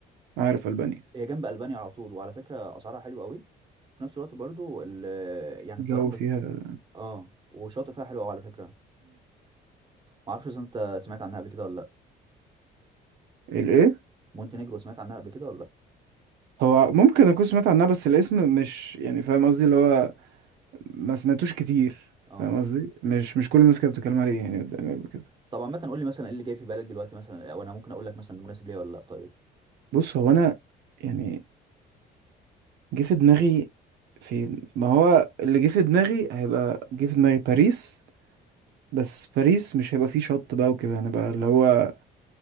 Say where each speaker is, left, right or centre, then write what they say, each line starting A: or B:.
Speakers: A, on the right; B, on the right.
A: عارف ألبانيا
B: هي جنب ألبانيا على طول وعلى فكرة أسعارها حلوة قوي في نفس الوقت برضو ال- يعني
A: الجو
B: الطيران بت...
A: فيها
B: اه وشاطئ فيها حلو قوي على فكرة ما اعرفش اذا انت سمعت عنها قبل كده ولا لا
A: الايه
B: مونتينيجرو سمعت عنها قبل كده ولا لا
A: هو ممكن اكون سمعت عنها بس الاسم مش يعني فاهم قصدي اللي هو ما سمعتوش كتير
B: اه
A: فاهم قصدي مش مش كل الناس كانت بتتكلم عليه يعني قدامي قبل كده
B: طبعا مثلا قول لي مثلا ايه اللي جاي في بالك دلوقتي مثلا وانا ممكن اقول لك مثلا ده مناسب ليا ولا لا طيب
A: بص هو انا يعني جه في دماغي فين ما هو اللي جه في دماغي هيبقى جه في دماغي باريس بس باريس مش هيبقى فيه شط بقى وكده هنبقى اللي هو